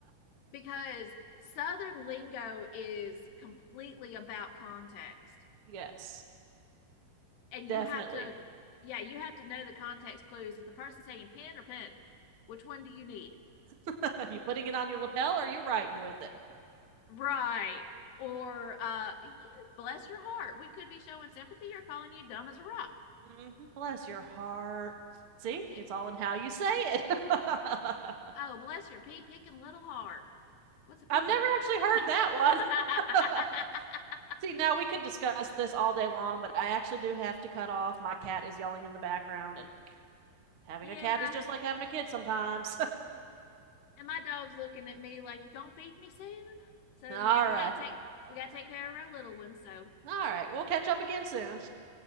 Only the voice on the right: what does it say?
<laughs> yes,
definitely.
<laughs> Are you putting it on your lapel, or are you writing with it?
Mm-hmm. Bless your heart. See,
it's all in how you say it. <laughs> I've
never
actually heard that one.
<laughs> See, now we could discuss this all day long, but I actually do have to cut off. My cat is yelling in the background, and having
a cat is just like having a kid sometimes.
<laughs> all
right.
All right. We'll catch up again soon.